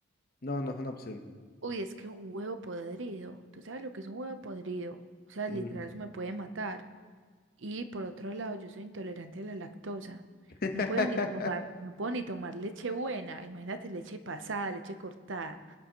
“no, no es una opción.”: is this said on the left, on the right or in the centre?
Left